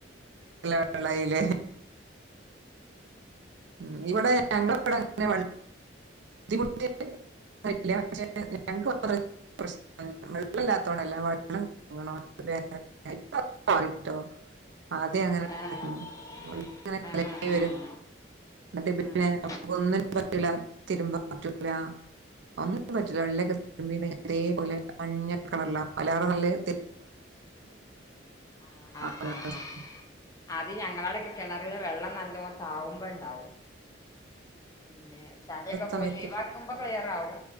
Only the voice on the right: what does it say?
വെള്ളായിലെ ഉം ഇവിടെ ഞങ്ങള ഇവിടെ അങ്ങനെ ബുദ്ധിമുട്ടല്ല പക്ഷെ ഞങ്ങക്ക് പ്രശ്ന വെള്ളം ഇല്ലാത്തോണ്ടല്ലാം വള്ളം <unintelligible> ഇപ്പോ അത് മാറിട്ടോ ആദ്യം അങ്ങനെരുന്നു
<unintelligible>
വരും എന്നിട്ട പിന്നെ
നമുക്ക് ഒന്നിനും പറ്റുല തിരുമ്പാൻ പറ്റൂല ഒന്നും പറ്റില്ലെ വെള്ളൊക്കെ അതേപോലെ മഞ്ഞ കളറില വല നല്ല
<unintelligible>
<unintelligible>
സമയത്ത്